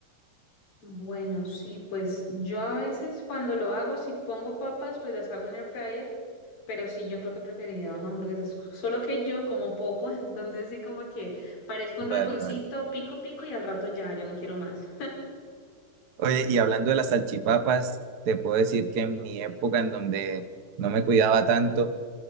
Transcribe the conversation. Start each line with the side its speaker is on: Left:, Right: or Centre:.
Left: Bueno, sí, pues yo a veces cuando lo hago, si pongo papas, pues las hago en el fryer, pero sí, yo creo que preferiría dos hamburguesas, solo que yo como poco, <laughs> entonces sí como que parezco un
Right: Vale,
Left: ratoncito,
Right: vale.
Left: pico, pico y al rato ya, ya no quiero más.
Right: Oye, y hablando de las salchipapas, te puedo decir que en mi época en donde no me cuidaba tanto,